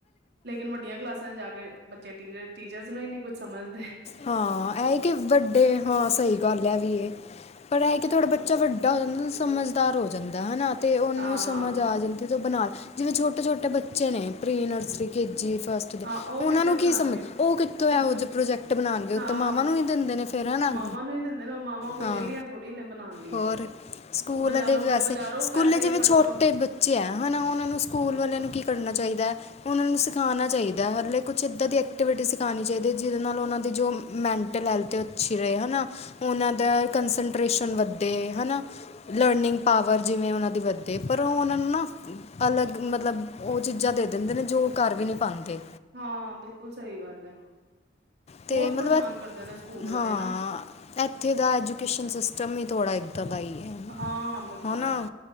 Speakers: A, on the right (about 60°); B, on the left (about 35°).
A: ਲੇਕਿਨ ਵੱਡੀਆਂ ਕਲਾਸਾਂ ਚ' ਜਾ ਕੇ ਬੱਚੇ ਟੀ -ਟੀਚਰਸ ਨੂੰ ਹੀ ਨਹੀਂ ਕੁਛ ਸਮਝਦੇ।
B: ਹਾਂ, ਇਹ ਕਿ ਵੱਡੇ ਹਾਂ ਸਹੀ ਗੱਲ ਹੈ ਵੀ। ਇਹ ਪਰ ਇਹ ਕਿ ਥਹਾੜਡਾ ਬੱਚਾ ਵੱਡਾ ਟਾ ਹੋ ਜਾਂਦਾ ਸਮਝਦਾਰ ਹੋ ਜਾਂਦਾ ਹਨਾ। ਤੇ ਉਹਨੂੰ
A: ਹਾਂ
B: ਸਮਝ ਆ ਜਾਂਦੀ ਤੇ ਬਣਾ ਜਿਵੇਂ ਛੋਟੇ- ਛੋਟੇ ਬੱਚੇ ਨੇ ਪ੍ਰੀ ਨਰਸਰੀ ਕੇ ਜੀ।
A: ਹਾਂ ਉਹ
B: ਉਹਨਾਂ
A: ਕਿੱਥੇ
B: ਨੂੰ ਕੀ
A: ਬਣਾਉਣਗੇ
B: ਸਮਝ ਉਹ ਕਿੱਥੋਂ
A: ਕੁਛ
B: ਇਹੋ ਜਿਹੇ ਪ੍ਰੋਜੈਕਟ
A: ਹਾਂ
B: ਉੱਤੇ ਮਾਮਾ ਨੂੰ ਵੀ ਦਿੰਦੇ ਨੇ ਫੇਰ ਅਗ
A: ਮਾਵਾਂ ਨੂੰ ਹੀ ਦਿੰਦੇ ਨੇ ਮਾਵਾਂ ਕੋਈ
B: ਹਾਂ
A: ਵਿਹਲੀਆਂ ਥੋੜ੍ਹੀ ਨੇ ਬਣਾਉਣ ਲਈ
B: ਹੋਰ।
A: ਹੈ
B: ਸਕੂਲਾਂ
A: ਬਜ਼ਾਰੋਂ
B: ਦੇ ਵੈਸੇ
A: ਫੇਰ ਬਜ਼ਾਰੋਂ
B: ਸਕੂਲੇ
A: ਪੈਸੇ
B: ਜਿਵੇਂ
A: ਖਰਚੋ
B: ਛੋਟੇ ਬੱਚੇ ਹੈ ਹਨਾ ਉਹਨਾਂ ਨੂੰ ਸਕੂਲ ਵਾਲਿਆਂ ਨੂੰ ਕੀ ਕਰਨਾ ਚਾਹੀਦਾ। ਉਹਨਾਂ ਨੂੰ ਸਿਖਾਉਣਾ ਚਾਹੀਦਾ ਹਲੇ ਕੁਛ ਇੱਦਾਂ ਦੀ ਐਕਟੀਵਿਟੀ ਸਿਖਾਉਣੀ ਚਾਹੀਦੀ ਜਿਹਦੇ ਨਾਲ ਉਹਨਾਂ ਤੇ ਜੋ ਮੈਂਟਲ ਹੈਲਥ ਅੱਛੀ ਰਹੇ ਹੈ ਨਾ ਉਹਨਾਂ ਦਾ ਕੰਸਟੇਸ਼ਨ ਵੱਧੇ ਹਨਾ। ਲਰਨਿੰਗ ਪਾਵਰ ਜਿਵੇਂ ਉਹਨਾਂ ਦੀ ਵੱਧੇ ਪਰ ਉਹ ਉਹਨਾਂ ਨੂੰ ਨਾ ਅਲੱਗ ਮਤਲਬ ਉਹ ਚੀਜ਼ਾਂ ਦੇ ਦਿੰਦੇ ਨੇ ਜੋ ਕਰ ਵੀ ਨਹੀਂ ਪਾਉਂਦੇ।
A: ਹਾਂ ਬਿਲਕੁਲ ਸਹੀ ਗੱਲ ਹੈ।
B: ਤੇ
A: ਬਹੁਤ
B: ਮਤਲਬ
A: ਪਰੇਸ਼ਾਨ ਕਰਦੇ ਨੇ ਸਕੂਲ ਵਾਲੇ
B: ਹਾਂ
A: ਨਾ
B: ਇੱਥੇ ਦਾ ਐਜੂਕੇਸ਼ਨ ਸਿਸਟਮ ਹੀ ਥੋੜ੍ਹਾ ਦਾ ਹੀ ਹੈ
A: ਹਾਂ ਬੇਕਾਰ
B: ਹਨਾ
A: ਹੈ